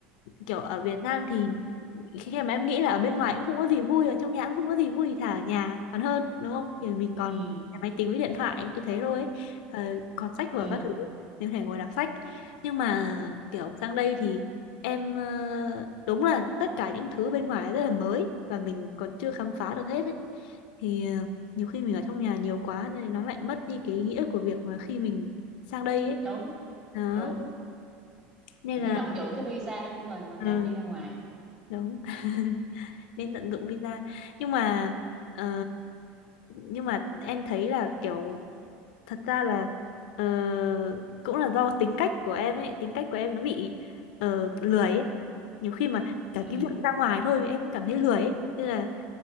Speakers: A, on the left; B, on the right.
A: kiểu ở Việt Nam thì khi mà em nghĩ là ở bên ngoài cũng không có gì vui ở trong nhà cũng không có gì vui thì thà ở nhà còn hơn đúng không thì mình còn
B: ừ
A: máy tính với điện thoại tôi thấy rồi ấy. Ờ, còn sách vở
B: ừ
A: các thứ mình có thể ngồi đọc sách nhưng mà kiểu sang đây thì em ờ, đúng là tất cả những thứ bên ngoài rất là mới và mình còn chưa khám phá được hết ấy thì ờ, nhiều khi mình ở trong nhà nhiều quá nên nó lại mất đi cái ý nghĩa của việc mà khi mình sang đây ấy
B: đúng
A: đó
B: đúng
A: nên
B: mình
A: là
B: phải tận dụng cái visa của mình bằng
A: ừ,
B: cách đi ra ngoài
A: đúng <laughs> nên tận dụng visa nhưng mà ờ, nhưng mà em thấy là kiểu thật ra là ờ, cũng là do tính cách của em ấy tính cách của em nó bị ờ, lười ấy. nhiều khi mà cả
B: ừ
A: cái việc ra ngoài thôi em cũng cảm thấy lười ấy. nên là